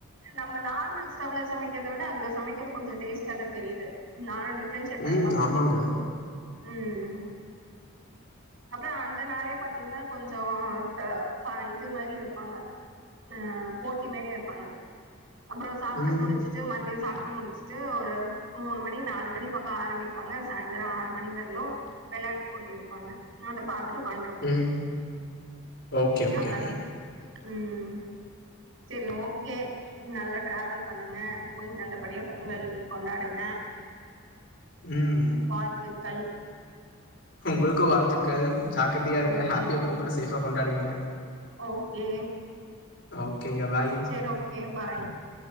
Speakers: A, on the right; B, on the left.
A: நம்ம நார்மல் ஸ்டவ்ல சமைக்கற்த விட அதுல சமைக்கிறது கொஞ்சோ டேஸ்டா தா தெரியுது நாலா டேஸ் ட்டே ஜெக் பண்ணி
B: ம்
A: பாத்திருகே
B: ஆமாங்க
A: ம் அப்றோ அந் அந்தனாலே பாத்தீங்னா கொஞ்சோ ச ப இது மரி வெப்பாங்க அ போட்டி மாரி வெப்பாங்க அப்றோ சாப்ட்டு
B: ம்
A: முடிச்சுட்டு மத்யோ சாப் புட்டு முடிச்சிட்டு ஒரு மூணு மணி நாலு மணி பக்கோ ஆரம்பிப்பாங்க சாயந்திரோ ஆறு மணி வர்லு வெள் ளாட்டு போட்டி வெப்பாங்க நா அத பாத்துட்டோ உக்காண்ட்ருப்போ
B: ம் ஓகே ஓகேங்க
A: அவ்ளதா ம் செரி ஓகே நல்ல டிராவல் பண்ணுங்க போய் நல்லபடியா பொங்கல் கொண்டாடுங்க
B: ம்
A: வாழ்த்துக்கள்
B: உங்களுக்கு வாழ்த்துக்கள் ஜாக்ரதையா இருங்க
A: ஓகே
B: ஹப்பியா பொங்கல சேஃபா கொண்டாடுங்க
A: ஓகே
B: ஓகேங்க பாய்
A: செரி ஓகே பாய்